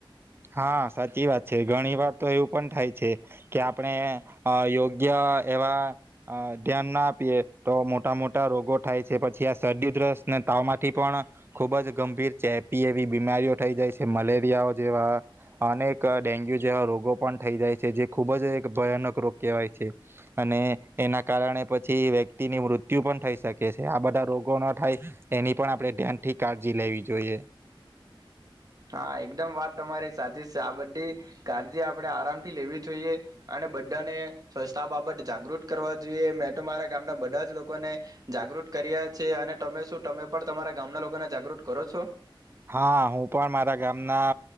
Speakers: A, on the right (about 25°); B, on the right (about 45°).
A: હા સાચી વાત છે ઘણી વાર તો એવું પણ થાય છે કે આપણે અ યોગ્ય એવા અ ધ્યાન ના આપીએ તો મોટા મોટા રોગો થાય છે પછી આ સરદી દ્રસ્તને તાવ માંથી પણ ખુબ જ ગંભીર ચેપી એવી બીમારીઓ થઈ જાય છે મલેરિયાઓ જેવા અનેક ડેન્ગ્યુ જેવા રોગો પણ થઈ જાય છે જે ખૂબ જ ભયાનક રોગ કહેવાય છે અને એના કારણે પછી વ્યક્તિની મૃત્યુ પણ થઈ શકે છે આ બધા રોગો ન થાય એની પણ આપણે ધ્યાનથી કાળજી લેવી જોઈએ.
B: હા એકદમ વાત તમારી સાચી છે આ બધી કાળજી આપણેે આરામ થી લેવી જોઈએ અને બધાને સ્વચ્છતા બાબત જાગૃત કરવા જોઈએ મેં તો મારા ગામના બધા જ લોકોને જાગૃત કર્યા છે અને તમે શું તમે પણ તમારા ગામના લોકોને જાગૃત કરો છો?
A: હા હું પણ મારા ગામના